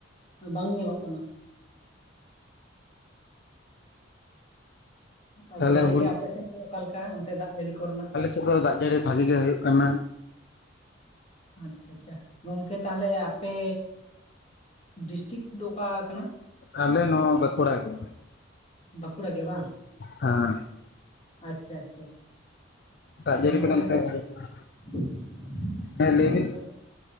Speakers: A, on the left; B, on the left.
A: ᱵᱟᱝ ᱧᱮᱞᱚᱜ ᱠᱟᱱᱟ ᱟᱫᱚ
B: ᱛᱟᱦᱚᱞᱮ
A: ᱜᱚᱝᱠᱮ
B: ᱦᱩᱞ
A: ᱟᱯᱮᱥᱮᱫ ᱜᱮ ᱚᱠᱟᱞᱮᱠᱟ ᱚᱱᱛᱮ ᱫᱟᱜ ᱡᱟᱹᱲᱤ ᱠᱚᱨᱮᱱᱟᱜ
B: ᱦᱤᱛᱳᱜ ᱫᱚ ᱫᱟᱜ ᱡᱟᱹᱲᱤ ᱵᱷᱟᱜᱤ ᱜᱮ ᱦᱩᱭᱩᱜ ᱠᱟᱱᱟ᱾
A: ᱟᱪᱪᱷᱟ ᱟᱪᱪᱷᱟ ᱜᱚᱝᱠᱮ ᱛᱟᱦᱚᱞᱮ ᱟᱯᱮ ᱰᱤᱥᱴᱤᱠ ᱫᱚ ᱚᱠᱟ ᱠᱟᱱᱟ
B: ᱟᱞᱮ ᱱᱚᱣᱟ ᱵᱟᱠᱩᱲᱟ ᱜᱮ
A: ᱵᱟᱸᱠᱩᱲᱟ ᱜᱮ ᱵᱟᱝ
B: ᱦᱟᱸ
A: ᱟᱪᱪᱷᱟ ᱟᱪᱪᱷᱟ ᱟᱪᱪᱷᱟ
B: ᱫᱟᱜ
A: ᱟᱫᱚ
B: ᱡᱟᱹᱲᱤ
A: ᱱᱚᱜᱼᱚᱭ
B: ᱠᱚᱫᱚ ᱚᱱᱛᱮ
A: ᱵᱟ <unintelligible>
B: ᱵᱷᱟᱜᱮ ᱜᱮ᱾ ᱦᱮᱸ ᱞᱟᱹᱭ ᱵᱤᱱ